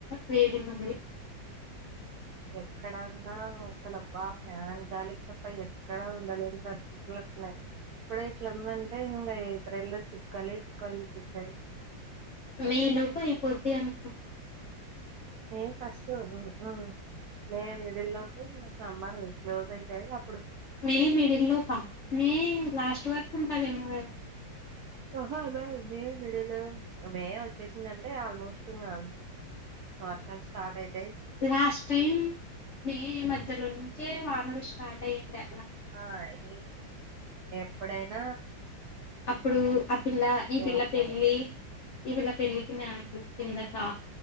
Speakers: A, on the left (about 70°); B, on the right (about 70°).
A: వేడు వుంది
B: ఎక్కడన్నా అసలు అబ్బా ఫ్యాన్ గాలికి తప్ప ఎక్కడా ఉండలేని పరిస్థితులు వస్తున్నాయి ఇప్పుడ ఇట్లాందంటే ఇంకా ఇతరల్లో చుక్కాలే చుక్కాలు చూపిస్తాయి
A: మే లోపు అయిపోద్ది అనుకు
B: నేను ఫాస్ట్ హు హ మేము వేలే లోపు మా సమ్మర్ క్లోజ్ అయితాయి అప్పుడు
A: మే మిడిల్ లో కా మే లాస్ట్ వరకు ఉంటాదమవేమ కదా
B: హ బే మే వీడిలో మే వచ్చేసింది అంటే ఆల్మోస్ట్ ఇంకా వర్షమ్ స్టార్ట్ అయితాయి
A: లాస్ట టైం ఈ మధ్యలోనే చెే వానలు స్టార్ట్ అయిదే
B: ఆ ఈ ఎప్పుడ న
A: అప్పుడు ఆ పిల్ల ఈ పిల్ల
B: వర్షాలు
A: పెళ్లి ఈ పిల్ల పెళ్లికి నేదు కింద కా